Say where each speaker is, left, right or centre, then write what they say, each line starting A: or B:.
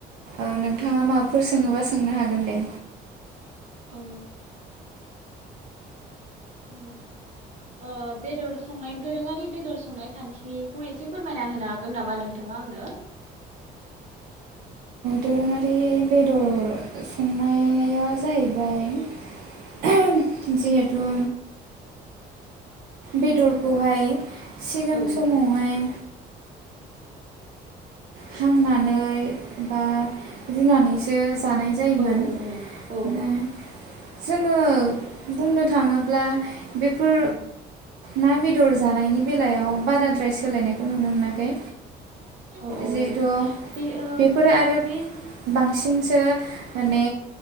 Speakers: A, on the right; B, on the right.
A: औ नोंथाङा माबाफोर सोङोबा सोंनो हागोन दे
B: ओ माने ओ बेदर संनाय दोरोङारि बेदर संनाय खान्थिखौ एसे फोरमायना होनो हागोन नामा नोंथाङा आंनो
A: दोरोङारि बेदर संनाय आजाहैबाय जिहेथु बेदरखौहाय सिगां
B: औ
A: समावहाय हांनानै बा रुनानैसो जानाय जायोमोन
B: औ औ औ औ
A: जों आङो बुंनो थाङोब्ला बेफोर
B: उम
A: ना बे बेदर जानायनि बेलायाव बाराथ' प्राय सोलायनायखौ
B: उम
A: नुनो मोनाखै
B: औ औ
A: जिहेथु
B: बे ओ
A: बेफोरो आरो
B: बे
A: बांसिन थिंसो माने